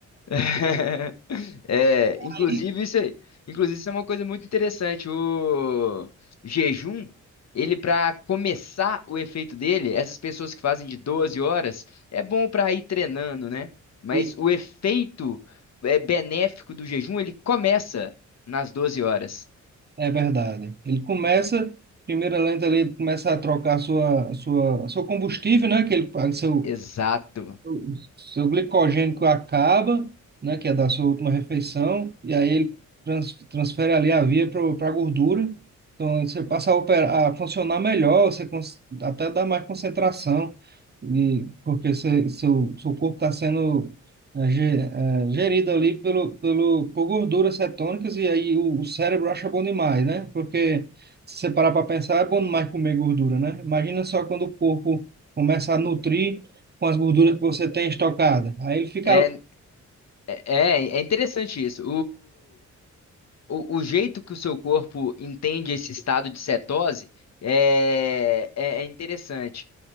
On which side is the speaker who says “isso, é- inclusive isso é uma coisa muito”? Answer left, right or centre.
Left